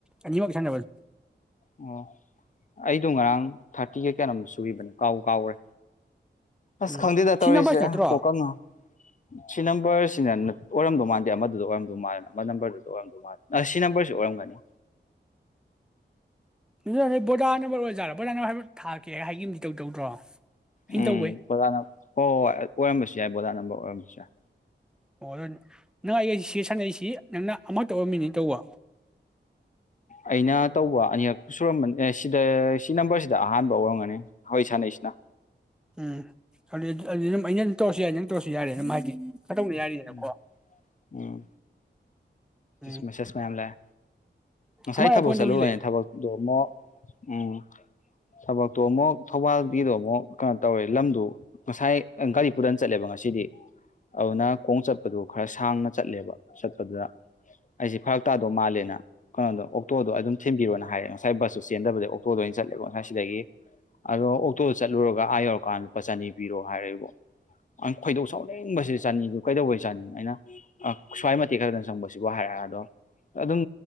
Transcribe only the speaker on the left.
ꯑꯣ ꯑꯩꯗꯣ ꯉꯔꯥꯡ ꯊꯥꯔꯇꯤꯒ ꯀꯌꯥꯅꯣꯝ ꯁꯨꯒꯤꯕꯅꯦ ꯀꯥꯎ ꯀꯥꯎꯔꯦ ꯑꯁ
ꯈꯪꯗꯤꯗ ꯇꯧꯔꯤꯁꯦ
ꯀꯣꯀ ꯉꯥꯎ ꯁꯤ ꯅꯝꯕꯔꯁꯤꯅ ꯑꯣꯏꯔꯝꯗꯣꯏ ꯃꯥꯟꯗꯦ ꯑꯃꯗꯨꯗ ꯑꯣꯏꯔꯝꯗꯧ ꯃꯥꯜꯂ ꯑꯃ ꯅꯝꯕꯔꯗꯨꯗ ꯑꯣꯏꯔꯝꯗꯣꯏ ꯃꯥꯜꯂꯦ ꯑ ꯁꯤ ꯅꯝꯕꯔꯁꯤ ꯑꯣꯏꯔꯝꯒꯅꯤ
ꯎꯝ <unintelligible>
ꯍꯣꯏ ꯍꯣꯏ ꯍꯣꯏ ꯑꯣꯏꯔꯝꯕꯁꯨ ꯌꯥꯏ ꯕꯣꯗꯥꯥ ꯅꯝꯕꯔ ꯑꯣꯏꯔꯝꯕꯁꯨ ꯌꯥꯏ
ꯑꯩꯅ ꯇꯧꯕ ꯑꯅꯤꯔꯛ ꯁꯨꯔꯝꯃ ꯑꯦ ꯁꯤꯗ ꯁꯤ ꯅꯝꯕꯔꯁꯤꯗ ꯑꯍꯥꯟꯕ ꯑꯣꯏꯔꯝꯒꯅꯤ ꯍꯣꯏ ꯁꯥꯟꯅꯩꯁꯤꯅ
ꯎꯝ ꯎꯝ
ꯃꯦꯁꯦꯁ ꯃꯌꯥꯝ ꯂꯥꯛꯑꯦ ꯉꯁꯥꯏ
ꯊꯕꯛ
ꯆꯠꯂꯨꯕꯅꯦ
ꯊꯕꯛꯇꯗꯣꯃꯣ ꯎꯝ ꯊꯕꯛꯇꯣ ꯑꯃꯨꯛ ꯊꯧꯕꯥꯜꯒꯤꯗꯣ ꯑꯃꯨꯛ ꯀꯩꯅꯣ ꯇꯧꯋꯦ ꯂꯝꯗꯨ ꯉꯁꯥꯏ ꯒꯥꯔꯤ ꯄꯨꯔꯅ ꯆꯠꯂꯦꯕ ꯉꯁꯤꯗꯤ ꯑꯧꯅꯥ ꯈꯣꯡ ꯆꯠꯄꯗꯨ ꯈꯔ ꯁꯥꯡꯅ ꯆꯠꯂꯦꯕ ꯆꯠꯄꯗꯨꯗ ꯑꯩꯁꯦ ꯐꯔꯛ ꯇꯥꯗꯧ ꯃꯥꯜꯂꯦꯅ ꯀꯩꯅꯣꯗꯣ ꯑꯣꯛꯇꯣꯗꯣ ꯑꯗꯨꯝ ꯊꯤꯟꯕꯤꯔꯣꯅ ꯍꯥꯏꯔꯦ ꯉꯁꯥꯏ ꯕꯁꯇꯨ ꯆꯦꯟꯗꯕꯗ ꯑꯣꯛꯇꯣꯗ ꯑꯣꯏꯅ ꯆꯠꯂꯦꯕꯣ ꯉꯁꯥꯏ ꯁꯤꯗꯒꯤ ꯑꯗꯣ ꯑꯣꯛꯇꯣꯗꯣ ꯆꯠꯂꯨꯔꯒ ꯑꯥ ꯌꯧꯔꯀꯥꯟꯗ ꯂꯨꯄꯥ ꯆꯅꯤ ꯄꯤꯔꯣ ꯍꯥꯏꯔꯦꯕꯣ ꯑ ꯈꯣꯏꯗꯧ ꯁꯥꯎ ꯂꯩꯦ ꯍꯕꯁꯦ ꯆꯥꯅꯤꯒ ꯀꯩꯗꯧꯕꯩ ꯆꯥꯅꯤ ꯑꯩꯅ ꯁ꯭ꯋꯥꯏ ꯃꯇꯦꯛ ꯈꯛꯇꯪ ꯆꯪꯕꯁꯤꯕꯨ ꯍꯥꯏꯔꯛꯑ ꯑꯗꯣ ꯑꯗꯨꯝ